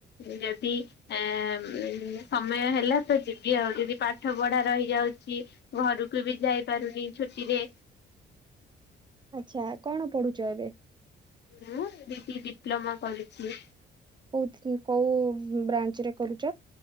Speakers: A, on the left; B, on the right.
A: ଯଦି ଏ ସମୟ ହେଲା ତ ଯିବି ଆଉଯଦି ପାଠ ପଢା ରହିଯାଉ ଘରୁକୁ ବି ଯାଇପାରୁନି ଛୁଟିରେ।
B: ଆଚ୍ଛା କଣ ପଢୁଛ ଏବେ?
A: ମୁଁ ଦିଦି ଡିପ୍ଲୋମା କରିଛି।
B: କୋଉଥି କୋଉ ବ୍ରାଞ୍ଚ ରେ? କରୁଛ